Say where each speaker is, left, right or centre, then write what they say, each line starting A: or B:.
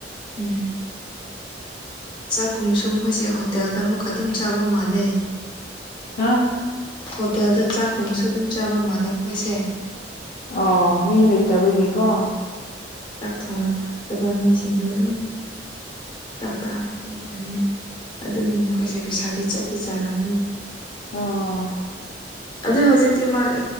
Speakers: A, on the left; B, on the left.
A: ꯎꯝ ꯆꯥꯛꯀꯨꯝ ꯁꯨꯝ ꯍꯣꯏꯁꯦ ꯍꯣꯇꯦꯜꯗ ꯑꯃꯨꯛꯀ ꯑꯗꯨꯝ ꯆꯥꯕ ꯃꯥꯜꯂꯦ
B: ꯍꯥ
A: ꯍꯣꯇꯦꯜꯗ ꯆꯥꯛꯀꯨꯝꯕꯁꯨ ꯑꯗꯨꯝ ꯆꯥꯕ ꯃꯥꯜꯂꯦ ꯃꯣꯏꯁꯦ
B: ꯑꯣ ꯃꯤ ꯂꯩꯇꯕꯒꯤꯀꯣ
A: ꯊꯣꯡꯔꯛꯔꯛꯇꯕ ꯃꯤꯁꯤꯡꯗꯨ ꯑꯗꯨꯝ ꯐꯔꯛ ꯇꯥꯕꯒꯤ ꯑꯣꯏꯔꯝꯅꯤ ꯑꯗꯨꯗꯤ ꯃꯈꯣꯏꯁꯦ ꯄꯩꯁꯥꯗꯤ ꯆꯠꯇꯤ ꯆꯜꯂꯝꯅꯤꯕ
B: ꯑꯣ
A: ꯑꯗꯨ ꯍꯧꯖꯤꯛꯇꯤ ꯃꯥꯏ